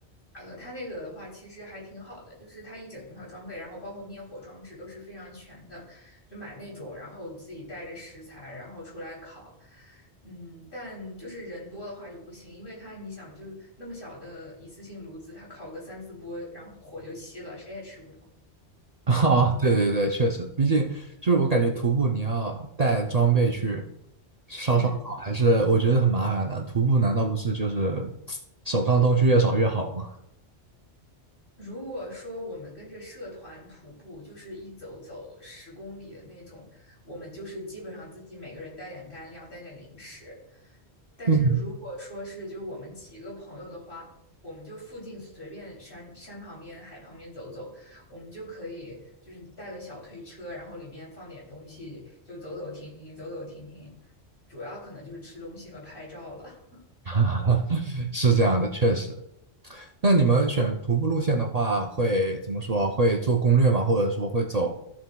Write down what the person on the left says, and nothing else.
呃，它那个的话其实还挺好的，就是它一整套装备，然后包括灭火装置都是非常全的，就买那种，然后自己带着食材，然后出来烤。嗯，但就是人多的话就不行，因为它你想就那么小的一次性炉子，它烤个三四波，然后火就熄了，谁也吃不饱。
嗯
嗯。
如果说我们跟着社团徒步，就是一走走十公里的那种，我们就是基本上自己每个人带点干粮，带点零食。但是如果说是就是我们几个朋友的话，
我们就附近随便山山旁边、海旁边走走，我们就可以就是带个小推车，然后里面放点东西，就走走停停，走走停停，主要可能就是吃东西和拍照了。